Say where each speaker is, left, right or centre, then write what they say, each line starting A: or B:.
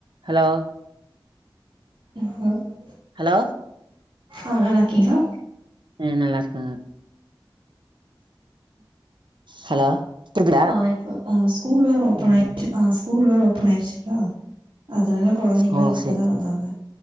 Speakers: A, on the right (about 70°); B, on the right (about 90°).
A: ஹலோ
B: <inaudible>
A: ஹலோ
B: அவளா லக்கிங்கோ
A: ம் நல்லா இருக்காங்க ஹலோ கேக்குதா
B: ஆ இப்ப ஆ ஸ்கூல் வேற ஓபன்
A: ம்
B: ஆயிருச்சு ஆ ஸ்கூல் வேற ஓபன் ஆயிருச்சுங்ளா அதனால கொழந்தைங்ளா
A: ஓ
B: இப்பதா
A: சேரி சேரி
B: வந்தாங்க